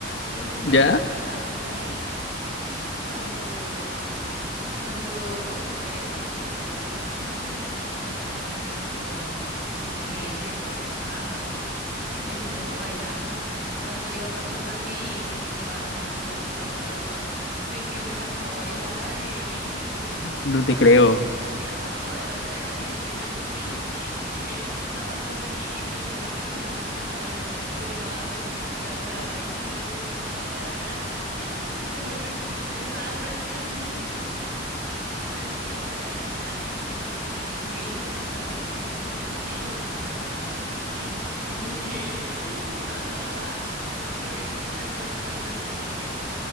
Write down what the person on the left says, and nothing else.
¿Ya?
No
te creo.